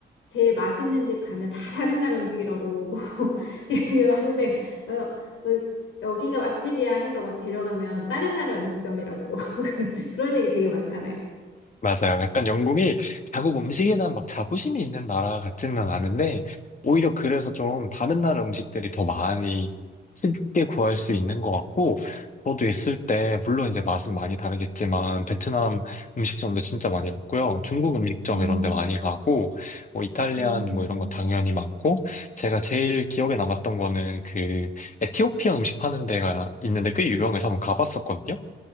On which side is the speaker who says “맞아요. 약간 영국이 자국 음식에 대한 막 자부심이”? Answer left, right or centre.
Left